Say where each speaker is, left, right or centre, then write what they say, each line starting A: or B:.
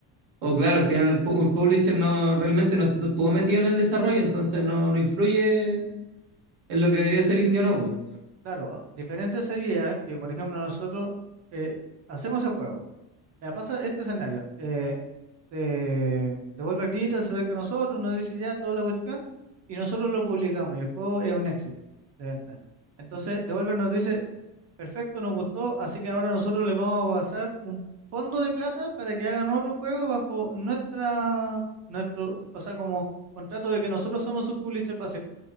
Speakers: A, on the right; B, on the right.
A: O claro, al final el, pu- el publisher no realmente no, no estuvo metido en el desarrollo, entonces no, no influye en lo que debería ser indie o no, po.
B: Claro, ah, diferente sería que, por ejemplo, nosotros eh, hacemos el juego. Me pasa este escenario. Eh, eh, Devolver Digital se acerca a nosotros, nos dice ya toda la cuestión y nosotros lo publicamos y el juego es un éxito de venta. Entonces,
A: Ujú.
B: Devolver nos dice, perfecto, nos gustó, así que ahora nosotros les vamos a pasar un fondo de plata para que hagan otro juego bajo nuestra, nuestro, o sea, como contrato de que nosotros somos su publisher para